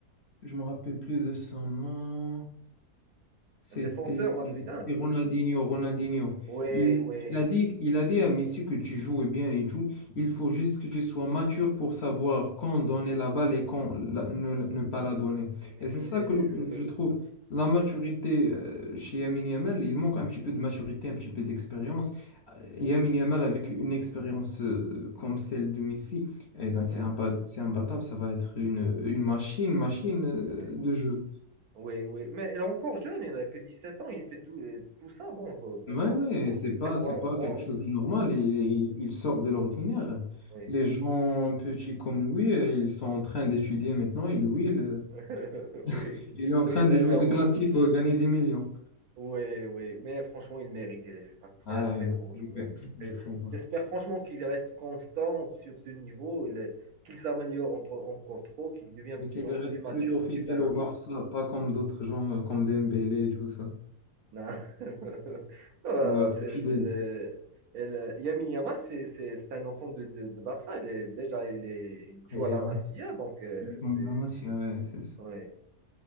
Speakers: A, on the left; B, on the right.
A: je me rappelle plus de son nom. C'était
B: un défenseur madridin.
A: c'était Ronaldinho, Ronaldinho.
B: Oui,
A: Il,
B: oui.
A: il a dit, il a dit à Messi que tu joues bien et tout. Il faut juste que tu sois mature pour savoir quand donner la balle et quand la- ne, ne pas la donner.
B: Mais maîtriser
A: Et c'est ça que
B: le
A: le-
B: jeu.
A: je trouve. La maturité euh, chez Lamine Yamal, il manque un petit peu de maturité, un petit peu d'expérience. Euh, Lamine Yamal avec une expérience euh, comme celle de Messi, eh ben, c'est
B: Oui,
A: imba- c'est imbattable, ça va être une, une machine, machine euh,
B: oui,
A: de jeu.
B: oui. oui. Mais il est encore jeune, il n'a que 17 ans, il fait tout, euh, tout ça. Bon, pour pour
A: Ouais,
B: moi,
A: ouais,
B: franchement,
A: c'est
B: je le
A: pas,
B: prévois
A: c'est pas
B: un grand.
A: quelque chose de normal. Il, il- il sort de l'ordinaire.
B: Oui,
A: Les gens petits comme lui, euh, ils sont en train d'étudier maintenant. Et lui, il,
B: <laughs> Oui,
A: <laughs> il est en
B: oui,
A: train
B: déjà,
A: de jouer des
B: oui,
A: classiques ou gagner des millions.
B: oui, oui. Mais franchement, il mérite. Il est c'est un très,
A: Ah,
B: très
A: ouais,
B: bon joueur.
A: je peux- je
B: Et
A: peux voir.
B: J'espère franchement qu'il reste constant sur ce niveau, il- qu'il s'améliore entre- encore trop, qu'il devient
A: Mais
B: de plus
A: qu'il
B: en
A: reste
B: plus mature,
A: plutôt
B: comme
A: fidèle
B: tu l'as dit.
A: au Barça, pas comme d'autres gens, euh, comme Dembélé et tout ça.
B: Non. <laughs> Euh,
A: Il reste
B: c'est-
A: fidèle.
B: c'est- euh, elle- Lamine Yamal, c'est c'est- c'est un enfant de, de, de Barça. Il est- déjà, il, est, il joue
A: Et,
B: à la
A: euh,
B: Masia, donc euh,
A: comme
B: c'est...
A: Lamassia, ouais, c'est
B: Ouais.